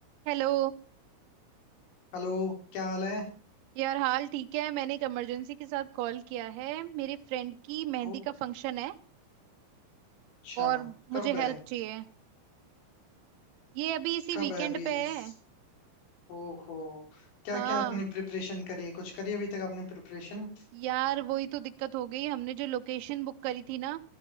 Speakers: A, on the right; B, on the left.
A: हेलो
B: Hello क्या हाल है
A: यार हाल ठीक है मैंने एक इमरजेंसी के साथ कॉल किया है मेरे फ्रेंड की मेहंदी
B: ओ,
A: का फंक्शन है
B: अच्छा
A: और मुझे
B: कब है
A: हेल्प चाहिए ये अभी इसी
B: कब
A: वीकेंड
B: है अभी
A: पे है
B: इस ओहो क्या
A: हाँ
B: क्या आपने प्रिपरेशन करी है कुछ करी अभी तक आपने प्रिपरेशन
A: यार वही तो दिक्कत हो गई हमने जो लोकेशन बुक करी थी ना